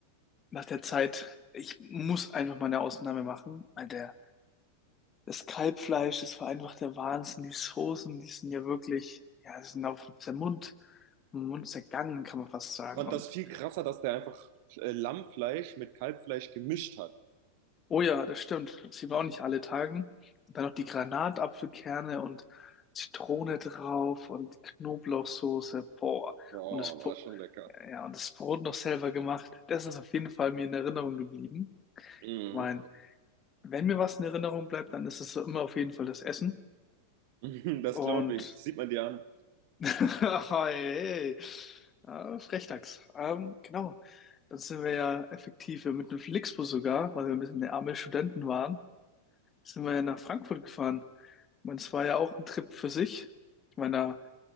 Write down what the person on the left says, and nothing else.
nach der Zeit, ich muss einfach mal eine Ausnahme machen, weil der Das Kalbfleisch, das war einfach der Wahnsinn. Die Soßen, die sind ja wirklich, ja, die sind auf den Mund, den Mund zergangen, kann man fast sagen.
Und
oh ja, das stimmt. Das sieht man auch nicht alle Tagen. Und dann noch die Granatapfelkerne und Zitrone drauf und Knoblauchsoße. Boah.
Und das, Bro-
ja, und das Brot noch selber gemacht. Das ist auf jeden Fall mir in Erinnerung geblieben.
Ich meine, wenn mir was in Erinnerung bleibt, dann ist es so immer auf jeden Fall das Essen.
Und
<laughs> Hey, äh, Frechdachs. Ähm, genau, dann sind wir ja effektiv ja mit dem Flixbus sogar, weil wir ein bisschen der arme Studenten waren, sind wir ja nach Frankfurt gefahren. Ich meine, es war ja auch ein Trip für sich. Ich meine, da